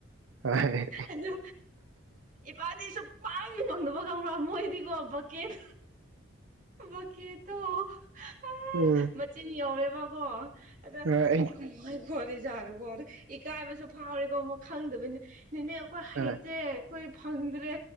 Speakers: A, on the right; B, on the right.
A: ꯍꯣꯏ
B: ꯑꯗꯨ ꯏꯄꯥꯗꯤ ꯁꯨꯝ ꯄꯥꯝꯅ ꯐꯪꯗꯕ ꯀꯧꯔ꯭ꯔꯥ ꯃꯣꯏꯗꯤꯒꯣ ꯕꯛꯀꯦꯠ ꯕꯛꯀꯦꯠꯇꯣ ꯑꯥ
A: ꯎꯝ
B: ꯆꯤꯟ ꯌꯧꯔꯦꯕꯀꯣ ꯑꯗꯨꯒ
A: ꯍꯣꯏ
B: ꯀꯩꯅꯣ ꯍꯥꯏꯖꯤ ꯀꯣ ꯂꯤꯖꯥꯠꯗꯀꯣ ꯑꯗꯨ ꯏꯀꯥꯏꯕꯁꯨ ꯐꯥꯎꯔꯤꯀꯣ ꯑꯃ ꯈꯪꯗꯕꯅꯤ ꯅꯦꯅꯦ ꯑꯩꯈꯣꯏ
A: ꯍꯣꯏ
B: ꯍꯩꯇꯦ ꯑꯩꯈꯣꯏ ꯐꯪꯗ꯭ꯔꯦ